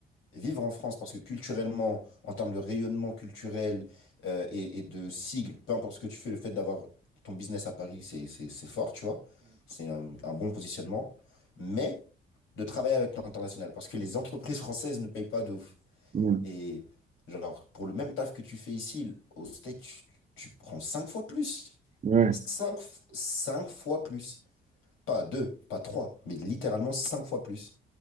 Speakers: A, on the left; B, on the right.
A: vivre en France parce que culturellement, en termes de rayonnement culturel euh, et, et de sigle, peu importe ce que tu fais, le fait d'avoir ton business à Paris, c'est, c'est, c'est fort, tu vois. C'est un, un bon positionnement. Mais de travailler avec l'international parce que les entreprises françaises ne payent pas de ouf.
B: Mhm. Mhm.
A: Et genre, pour le même taf que tu fais ici, au States, tu, tu prends cinq fois plus.
B: Ouais.
A: Cinq, cinq fois plus. Pas deux, pas trois, mais littéralement cinq fois plus.